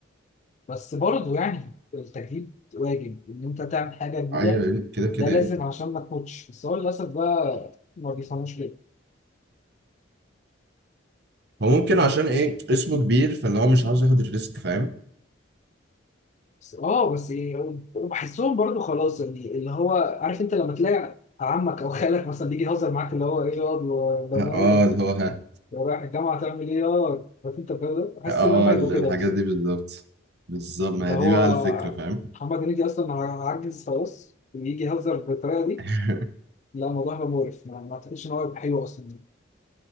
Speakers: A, on the left; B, on the right.
A: بس برضه يعني التجديد واجب ان انت تعمل حاجه جديده
B: ايوه يعني كده كده
A: ده لازم
B: يعني
A: عشان ما تموتش بس هو للاسف بقى ما بيفهموش كده
B: هو ممكن عشان ايه اسمه كبير فاللي هو مش عاوز ياخد الريسك فاهم
A: بس اه بس ايه وبحسهم برضه خلاص يعني اللي هو عارف انت لما تلاقي عمك او خالك مثلا بيجي يهزر معاك اللي هو ايه ياض يا
B: اه
A: بنات
B: اللي هو ها
A: يا رايح الجامعه تعمل ايه يا عارف انت الجو ده بحس
B: اه
A: ان هم يبقوا
B: ال- الحاجات
A: كده بس
B: دي بالظبط بالظبط ما
A: اللي
B: هي
A: هو
B: دي بقى الفكره فاهم
A: محمد هنيدي اصلا عجز خلاص ويجي يهزر بالطريقه دي
B: <laughs>
A: لا الموضوع هيبقى مقرف ما ما اعتقدش ان هو هيبقى حلو اصلا